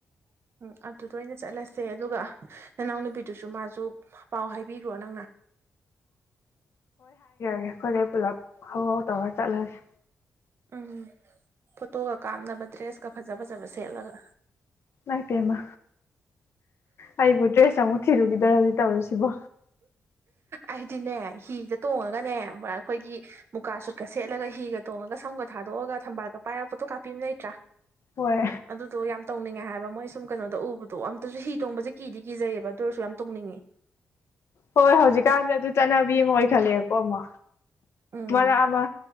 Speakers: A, on the right (about 55°); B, on the left (about 60°).
A: ꯎꯝ ꯑꯗꯨꯗ ꯑꯣꯏꯅ ꯆꯠꯂꯁꯦ ꯑꯗꯨꯒ ꯅꯅꯥꯎ ꯅꯨꯄꯤꯗꯨꯁꯨ ꯃꯥꯁꯨ ꯄꯥꯎ ꯍꯥꯏꯕꯤꯈ꯭ꯔꯣ ꯅꯪꯅ
B: ꯑꯩꯈꯣꯏꯗꯩ ꯄꯨꯜꯂꯞ ꯍꯧꯎ ꯍꯧꯎ ꯇꯧꯔ ꯆꯠꯂꯁꯦ
A: ꯎꯝ ꯐꯣꯇꯣꯒ ꯀꯥꯞꯅꯕ ꯗ꯭ꯔꯦꯁꯀ ꯐꯖ ꯐꯖꯕ ꯁꯦꯠꯂꯒ
B: ꯏꯃꯥꯏꯄꯦꯃ ꯑꯩꯕꯨ ꯗ꯭ꯔꯦꯁ ꯑꯃꯨꯛ ꯊꯤꯔꯨꯈꯤ ꯔꯗꯤ ꯇꯧꯔꯤꯁꯤꯕꯣ
A: ꯑꯩꯗꯤꯅꯦ ꯍꯤꯒ ꯇꯣꯡꯉꯒꯅꯦ ꯑꯩꯈꯣꯏꯒꯤ ꯃꯨꯀꯥ ꯁꯨꯠꯀ ꯁꯦꯠꯂꯒ ꯍꯤꯒ ꯇꯣꯡꯉꯒ ꯁꯝꯒꯗ ꯊꯥꯗꯣ ꯑꯒ ꯊꯝꯕꯥꯜꯗꯣ ꯄꯥꯏꯔ ꯐꯣꯇꯣ ꯀꯥꯞꯄꯤ ꯑꯃ ꯂꯩꯇ꯭ꯔꯥ
B: ꯍꯣꯏ
A: ꯑꯗꯨꯗꯣ ꯌꯥꯝ ꯇꯧꯅꯤꯡꯉꯦ ꯍꯥꯏꯕ ꯃꯣꯏ ꯁꯨꯝ ꯀꯩꯅꯣꯗ ꯎꯕꯗꯣ ꯑꯝꯇꯁꯨ ꯍꯤ ꯇꯣꯡꯕꯁꯦ ꯀꯤꯗꯤ ꯀꯤꯖꯩꯌꯦꯕ ꯑꯗꯨ ꯑꯣꯏꯔꯁꯨ ꯌꯥꯝ ꯇꯨꯡꯅꯤꯡꯉꯤ
B: ꯍꯣꯏ ꯍꯧꯖꯤꯛꯀꯥꯟꯗꯤ ꯑꯗꯨ ꯆꯠꯅꯕꯤ ꯑꯃ ꯑꯣꯏꯈꯠꯂꯛꯑꯦꯕꯀꯣ ꯑꯃꯨ
A: ꯎꯝ
B: ꯃꯔꯛ ꯑꯃ